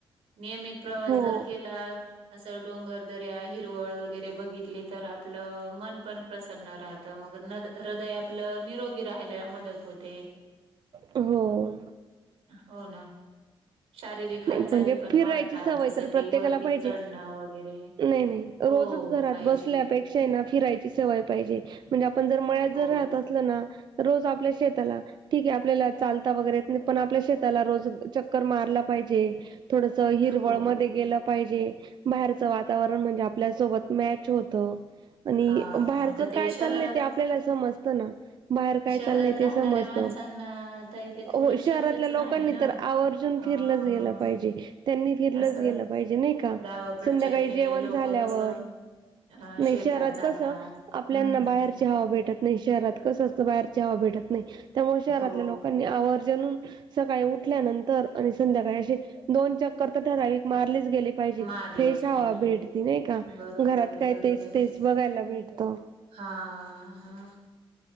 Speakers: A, on the right; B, on the right.
A: नियमित प्रवास
B: हो.
A: जर केला. असं डोंगरदऱ्या हिरवळ वगैरे बघितली तर आपलं मन. पण प्रसन राहतं मग नद हृदय आपलं निरोगी राहायला मदत होते.
B: हो
A: हो ना. शारीरिक हालचाली
B: नाही म्हणजे
A: पण
B: फिरायची
A: वाढतात
B: सवय
A: जसं
B: तर प्रत्येकाला
A: की वरती
B: पाहिजे.
A: चढणं वगैरे.
B: नाही नाही,
A: हो
B: रोजच घरात
A: पाहिजे
B: बसल्यापेक शा हाय ना फिरायची सवय पाहिजे, म्हणजे आपण जर मळ्यात
A: हो
B: जर राहत असलं ना रोज आपल्या शेताला, ठीक आहे आपल्याला चालता वगैरेे येत नाही पण आपल्या शेताला रोज चक्कर मारला पाहिजे, थोडसं हिरवळ
A: हो
B: मध्ये गेलं पाहिजे, बाहेरचं वातावरण म्हणजे आपल्यासोबत मॅच होत त आणि
A: हा
B: बाहेरचं
A: आता ते
B: काय
A: शहरात
B: चाललंय ते आपल्याला समजत ना. बाहेर काय
A: शहरात
B: चाललंय ते
A: राहणाऱ्या
B: समजतं.
A: माणसांना तर ते थोडं
B: हो शहरातल्या
A: शक्यच
B: लोकांनी
A: नाही ना
B: तर आवर्जून
A: अ
B: फिरलंच गेलं पाहिजे, त्यांनी फिरलंच
A: असं
B: गेलं पाहिजे नाही का?
A: गावाकडचे
B: संध्याकाळी
A: ते
B: जेवण
A: लोक
B: झाल्यावर,
A: कसं अ
B: नाही
A: शेतात
B: शहरात
A: जातात.
B: कसं आपल्यांना
A: हम्म
B: बाहेर ची हवा भेटत नाही, शहरात कसं असतं बाहेरची हवा भेटत नाही. त्यामुळे शहरातल्या
A: हो
B: लोकांनी आवर्जुन सकाळी उठल्यानंतर आणि संध्याकाळी अशी दोन चक्कर तर ठरावीक मारलीच गेले पाहिजे,
A: मारल्याच
B: फ्रेश हवा
A: पाहिजेत.
B: भेटती नाही का?
A: बरोबर
B: घरात
A: आहे
B: काय
A: बरोबर
B: तेच
A: आहे
B: तेच बघायला भेटतं.
A: हा हा.